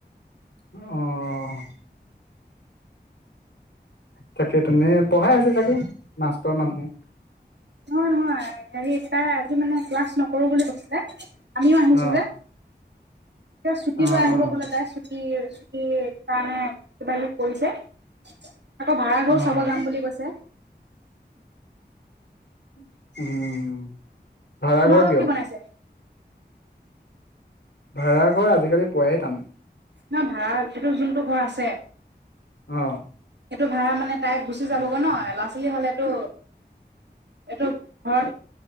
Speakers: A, on the left; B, on the right.
A: অঁহ তাকেই তেনে পঢ়াই আছে চাগে মাষ্টৰ মানুহ,
B: নহয়-নহয়, হেৰি তাৰ আজি মানে ক্লাছ নকৰো বুলি কৈছিলে। আমিও আহিছো
A: অ',
B: যে, এ চুতি
A: অ',
B: ল আহিব
A: অ',
B: বোললে তাই। কি-কি কাৰণে কিবা কিবি কৰিছে। আকৌ ভাড়াঘৰ
A: অ',
B: চাব যাম বুলি কৈছে।
A: উম, ভাড়াঘৰ
B: তোমালোকৰ
A: কিয়?
B: কি বনাইছে?
A: ভাড়াঘৰ আজিকালি পুৱাই টান।
B: নহ ভাড়া এইটো যোনটো ঘৰ আছে,
A: অহ,
B: এইটো ভাড়া মানে তাইক গুচি যাবগৈ ন ল'ৰা-ছোৱালী হ'লেতো এইটো ঘৰত